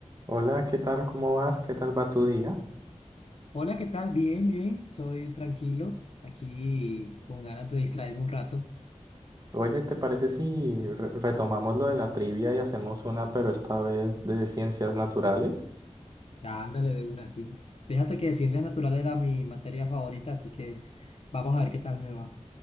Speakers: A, on the right (about 30°); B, on the left (about 55°).
A: Hola, ¿qué tal? ¿Cómo vas? ¿Qué tal va tu día?
B: Hola, ¿qué tal? Bien, bien, estoy tranquilo, aquí con ganas de distraerme un rato.
A: Oye, ¿te parece si re- retomamos lo de la trivia y hacemos una, pero esta vez de ciencias naturales?
B: Ándale de una, sí. Fíjate que ciencias naturales era mi materia favorita, así que vamos a ver qué tal me va.